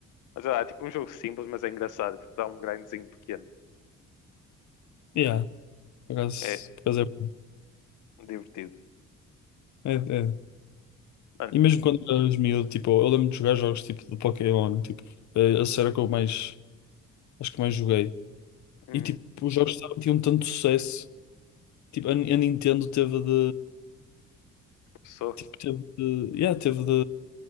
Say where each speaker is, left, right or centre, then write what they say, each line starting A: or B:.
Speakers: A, on the left; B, on the left.
A: Mas sei lá, é tipo um jogo simples, mas é engraçado. Tipo, dá um grindzinho pequeno.
B: yeah, por acaso,
A: É
B: por acaso
A: divertido.
B: é, é- é.
A: Mano,
B: E mesmo quando eras miúdo, tipo, eu lembro de jogar jogos tipo de Pokémon, tipo, é, a série que eu mais, acho que mais joguei.
A: uhum,
B: E tipo, os jogos estavam- tinham tanto sucesso, tipo, a, Ni- a Nintendo teve de,
A: sou.
B: tipo, teve de, yeah, teve de,